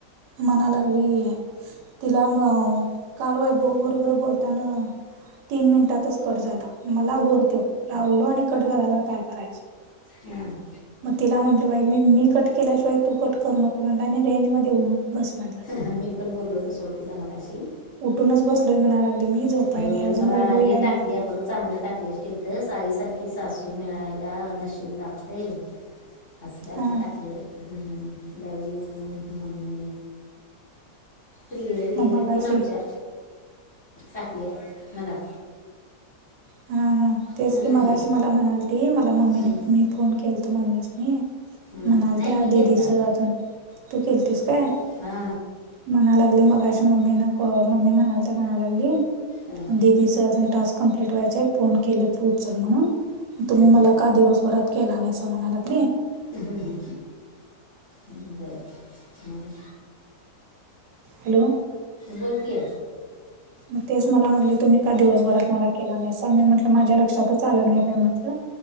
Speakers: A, on the right; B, on the left.
A: मनालागली. तिला अ काल वैभव बरोबर बोलताना. तीन मिनिटातच कट झाला मला घोरतो लावलो आणि कट झाला तर काय करायचं.
B: हम्म.
A: मग तिला म्हटलं बाय मी-मी कट- केल्याशिवाय तू कट करू नको म्हण आणि रेंज मध्ये बस म्हटलं.
B: ह मी पण बोललो होतो सोडतीला मगाशी.
A: उठूनच बसलोय म्हणा लागली मी. झोपाय
B: ह
A: नाही अजून
B: मला
A: वैभव याय
B: हे टाकली
A: नाही म्हणा
B: आहे बघ. चांगले टाकले स्टेटस आईसारखी सासू मिळायला नशीब लागते. हस काय
A: हां
B: का टाकले हम्म लव येऊ मम्मी. प्रि हे
A: मग
B: दिपू
A: मगाशी
B: नामच्या. टाकली आहे मला.
A: हा-हा तेच
B: हम्म,
A: की मगाशी मला म्हणाल त मला मम्मीने
B: हम्म,
A: मी फोन केलतो मम्मीसनी.
B: हम्म.
A: म्हणाता
B: नाही मी
A: दिदीच
B: केलता
A: अजून तू केलतीस का?
B: हा.
A: म्हणा लागली मग अशी मम्मी ना मम्मी म्हणाल तर म्हणा लागली
B: हं,
A: दि तिसं अजून टाक कमंप्लीट व्हायचे आहेत फोन केलं फ्रूटचाल म्हणून. तुम्ही
B: हं,
A: मला का दिवसभरात केला नाही अस म्हणायला लागली.
B: हम्म्म ह बर मग.
A: हॅलो!
B: बोल की
A: मग तेच मला म्हटले तुम्ही का दिवसभरात मला केला नाही. मी म्हटलं माझ्या लक्षातच आलं नाही बा म्हटलं.